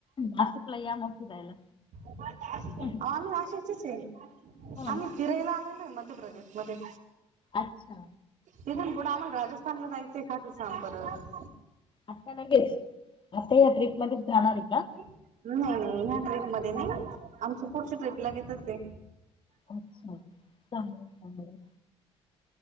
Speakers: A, on the left (about 35°); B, on the right (about 60°).
A: नाशिकला या मग फिरायला.
B: आम्ही
A: हो
B: नाशिकच्याच ये आम्ही
A: ना?
B: फिरायला आलेलोय मध्यप्रदेश मध्ये.
A: अच्छा,
B: तिथून पुढं आम्हाला राजस्थानला जायचं ये खाटुश्याम परत
A: आत्ता लगेच, आत्ता ह्या ट्रीप मध्येच जाणार आहे का?
B: नाही -नाही ह्या ट्रीप मध्ये नाही, आमची पुढची ट्रिप लागेचच ये.
A: अच्छा, चांगलय- चांगलय.